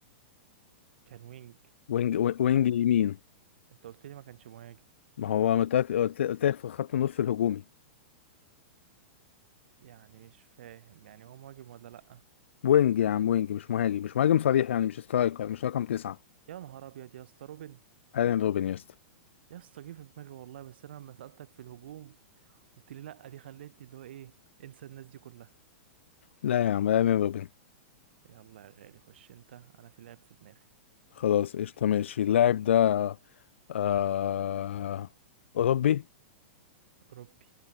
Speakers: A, on the right; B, on the left.
A: كان وينج
B: وينج وينج
A: آه.
B: يمين
A: انت قلت لي ما كانش مهاجم
B: ما هو متأك... قلت قلت لك في خط النص الهجومي
A: يعني مش فاهم يعني هو مهاجم ولا لأ
B: وينج يا عم وينج مش مهاجم مش مهاجم صريح يعني مش سترايكر مش رقم تسعة
A: يا نهار أبيض يا اسطى روبن
B: ايرين روبن يا اسطى
A: يا اسطى جه في دماغي والله بس أنا لما سألتك في الهجوم قلت لي لأ دي خلتني اللي هو إيه انسى الناس دي كلها
B: لا يا عم ايرين روبن
A: يلا يا غالي خش أنت أنا في لعب في دماغي
B: خلاص قشطة ماشي اللاعب ده آه... أوروبي
A: أوروبي